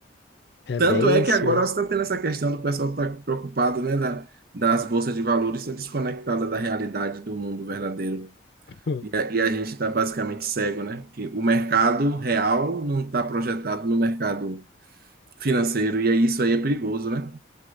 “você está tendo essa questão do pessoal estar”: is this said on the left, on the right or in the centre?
Right